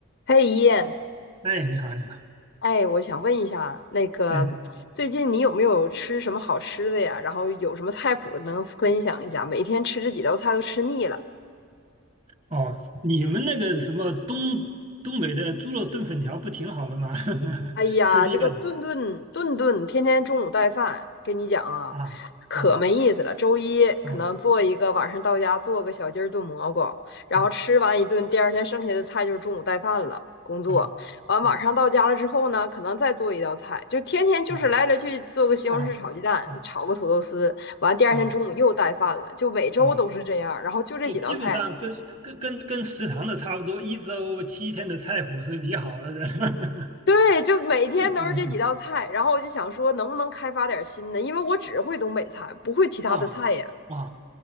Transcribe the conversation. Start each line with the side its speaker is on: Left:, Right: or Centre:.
Left: 嘿，一燕，
Right: 哎，你好，你好，
Left: 哎，我想问一下，那个最近你有没有吃什么好吃的呀？
Right: 哎，
Left: 然后有什么菜谱能分享一下？每天吃这几道菜都吃腻了。
Right: 哦，你们那个什么东东北的猪肉炖粉条不挺好的吗？<laughs>
Left: 哎呀，
Right: 吃腻了
Left: 这个顿顿顿顿天天中午带饭，跟你讲啊，
Right: 啊啊
Left: 可没意思了。周一可能做一个，
Right: 啊
Left: 晚上到家做个小鸡儿炖蘑菇，然后吃完一顿，
Right: 啊
Left: 第二天剩下的菜就是中午带饭了。工作完，
Right: 啊
Left: 晚上到家了之后呢，
Right: 啊
Left: 可能再做一道菜，就天天就是来来去做个西红柿炒鸡蛋，
Right: 啊啊啊
Left: 炒个土豆丝，完第二天中午又带饭了，
Right: 啊
Left: 就每周都是这样，
Right: 啊！
Left: 然后就这几道菜，
Right: 就基本上跟跟跟跟食堂的差不多，一周七天的菜谱是理好了的。<laughs>
Left: 对，就每天都是这几道菜，
Right: 嗯
Left: 然后我就想说，能不能开发点新的？因为我只会东北菜，不会其他的菜呀。
Right: 啊啊